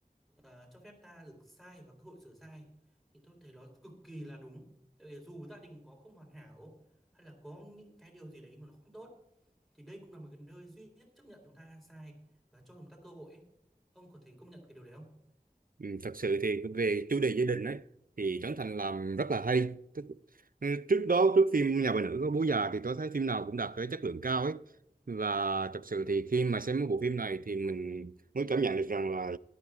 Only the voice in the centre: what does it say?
ờ, cho phép ta được sai và cơ hội sửa sai thì tôi thấy nó cực kỳ là đúng tại vì dù gia đình có không hoàn hảo hay là có những cái điều gì đấy mà nó không tốt thì đây cũng là một cái nơi duy nhất chấp nhận chúng ta sai và cho chúng ta cơ hội ấy. Ông có thấy công nhận cái điều đấy không?